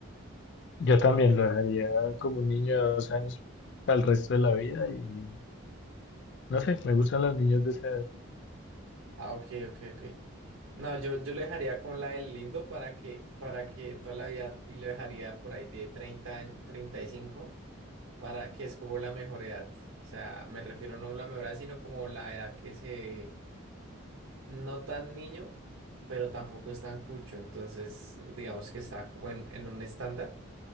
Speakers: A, on the left; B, on the right.
A: Yo también lo dejaría como un niño de dos años para el resto de la vida y no sé, me gustan los niños de esa edad.
B: Ah, ok, ok, ok. No, yo, yo lo dejaría con la del lindo para que, para que toda la vida y lo dejaría por ahí de 30 años, 35 para que es como la mejor edad. O sea, me refiero no a la mejor edad, sino como la edad que se, no tan niño, pero tampoco es tan cucho. Entonces, digamos que está como en, en un estándar.